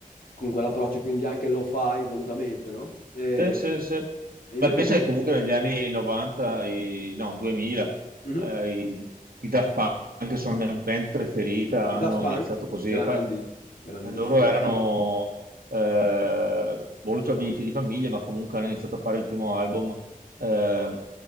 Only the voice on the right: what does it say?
Sì, sì, sì.
Beh,
pensa
che comunque negli anni 90, i- no, 2000,
eh, i, i Daft Punk, che sono la mia band preferita, hanno
iniziato così.
E poi eh,
loro erano eh, molto abbienti di famiglia, ma comunque hanno iniziato a fare il primo album eh,